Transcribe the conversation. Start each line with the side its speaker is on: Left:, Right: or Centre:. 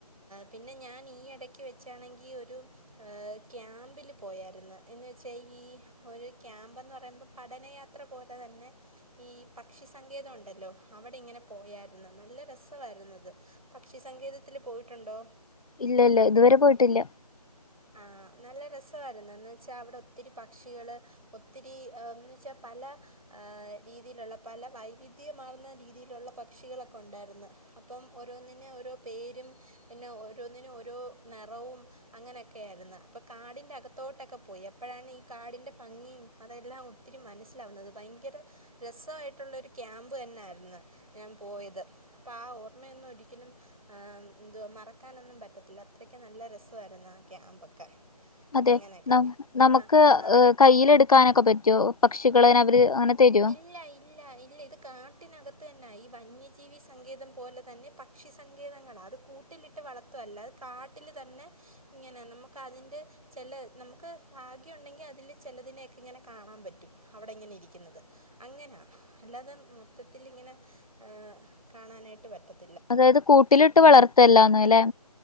Right: പിന്നെ ഞാൻ ഈ ഇടയ്ക്ക് വെച്ചാണെങ്കിൽ ഒരു ക്യാമ്പില് പോയായിരുന്നു. എന്ന് വെച്ചാൽ ഈ ഒരു ക്യാമ്പന്ന് പറയുമ്പോൾ പഠനയാ പഠനയാത്ര പോലെ തന്നെ ഈ പക്ഷിസങ്കേതം ഉണ്ട ഉണ്ടല്ലോ അവിടെ ഇങ്ങനെ പോയായിരുന്നു. നല്ല രസമായിരുന്നു അത്. പക്ഷി സങ്കേതത്തിൽ പോയിട്ടുണ്ടോ?
Left: ഇല്ല ഇല്ല ഇതുവരെ പോയിട്ടില്ല.
Right: ആ, നല്ല രസമായിരുന്നു. എന്നു വെച്ചാൽ അവിടെ ഒത്തിരി പക്ഷികൾ ഒത്തിരി എന്ന് വെച്ചാ പല ആ രീതിയിലുള്ള പല വൈവിധ്യമാർന്ന രീതിയിലുള്ള പക്ഷികളൊക്കെ ഉണ്ടായിരുന്നു. അപ്പം ഓരോന്നിന് ഓരോ പേരും പിന്നെ ഓരോന്നിനും ഓരോ നിറവും അങ്ങനെയൊക്കെ ഒക്കെയ ആയിരുന്നു. അപ്പോൾ കാടിൻ്റെ അകത്തോട്ടൊക്കെ പോയി എപ്പോഴാണ് ഈ കാടിൻ്റെ ഭംഗിയും അതെല്ലാം ഒത്തിരി മനസ്സിലാവുന്നത് ഭയങ്കര രസമായിട്ടുള്ള ഒരു ക്യാമ്പ് തന്നെയായിരുന്നു. ഞാൻ പോയത്. അപ്പ ആ ഓർമ്മ ഒന്നും ഒരിക്കലും ആ, എന്തു വാ മറക്കാനൊന്നും പറ്റത്തില്ല. അത്രക്ക് നല്ല രസമായിരുന്നു. ആ ക്യാമ്പൊക്കെ
Left: അതെ
Right: അങ്ങനെയൊക്കെ
Left: ന നമുക്ക്
Right: ആ ആ
Left: കൈൽ എടുക്കാനൊക്കെ പറ്റുമോ? പക്ഷികൾ അനെ അവര് അങ്ങനെ തരുമോ?
Right: ഇല്ല ഇല്ല ഇല്ല, ഇത്. കാട്ടിനകത്ത് തന്നെ ഈ വന്യജീവി സങ്കേതം പോലെ തന്നെ പക്ഷിസങ്കേതങ്ങള അത് കൂട്ട കുട്ടിലിട്ട് വളർത്തല്ല. അത് കാട്ടിൽ തന്നെ ഇങ്ങനെ നമുക്ക് അതിന്റെ ചില നമുക്ക് ഭാഗ്യം ഉണ്ടെങ്കിൽ അതിൽ ചിലതിനെയൊക്കെ ഇങ്ങനെ കാണാൻ പറ്റും. അവിടെ ഇങ്ങനെ ഇരിക്കുന്നത്. അങ്ങനാ അല്ലാതെ മൊത്തത്തിൽ ഇങ്ങനെ ഏ, കാണാനായിട്ട് പറ്റത്ത
Left: അതായത് കൂട്ടിലിട്ട് വളർത്തല്ലന്ന അല്ലെ.